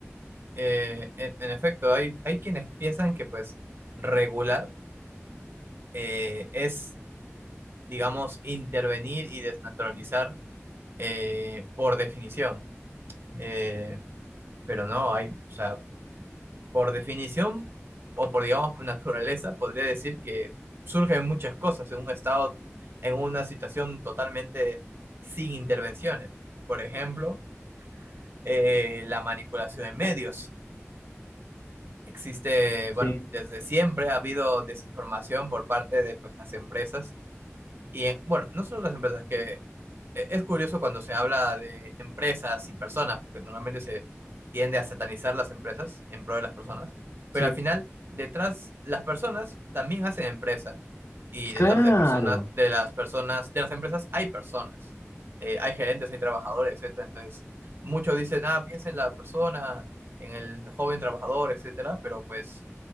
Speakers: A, on the right; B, on the left.
A: eh, en, en efecto, hay, hay quienes piensan que pues regular eh, es, digamos, intervenir y desnaturalizar eh, por definición. Eh, pero no hay, o sea, por definición o por, digamos, por naturaleza, podría decir que surgen muchas cosas en un estado, en una situación totalmente sin intervenciones. Por ejemplo, eh, la manipulación de medios. Existe,
B: Sí,
A: bueno, desde siempre ha habido desinformación por parte de pues, las empresas y, eh, bueno, no solo las empresas, que e- es curioso cuando se habla de empresas y personas, porque normalmente se tiende a satanizar las empresas en pro de las personas, pero
B: sí.
A: al final detrás las personas también hacen empresa y detrás
B: Claro,
A: de personas de las personas de las empresas hay personas. Eh, hay gerentes, hay trabajadores, etcétera. Entonces, muchos dicen, "Ah, piensa en la persona, en el joven trabajador, etcétera", pero pues